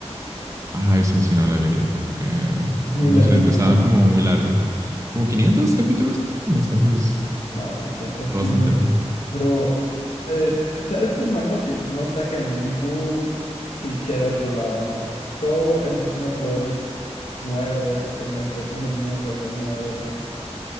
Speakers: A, on the right; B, on the left.
A: Ah, ese sí no lo he leído porque,
B: Es muy
A: no
B: larguito,
A: sé, estaba
B: ¿no?
A: como muy larga. Como 500 capítulos, entonces
B: No, 600,
A: está
B: sí.
A: bastante larga.
B: Pero, eh, o sea, es un manga que no saca ningún cliché de otro lado, ¿no? Es todo el sistema de poderes nuevo, en la creación del mundo igual nuevo.